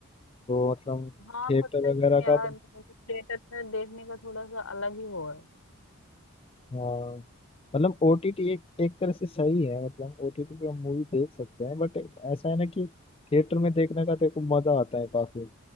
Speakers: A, on the left; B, on the left.
A: तो मतलब
B: हाँ
A: थिएटर
B: बट लेकिन
A: वगैरह
B: यार
A: का तो
B: थिएटर में देखने का थोड़ा सा अलग ही वो है
A: हाँ मतलब ओटीटी एक एक तरह से सही है मतलब ओटीटी पे हम मूवी देख सकते हैं बट ऐसा है ना कि थिएटर में देखने का देखो मजा आता है काफी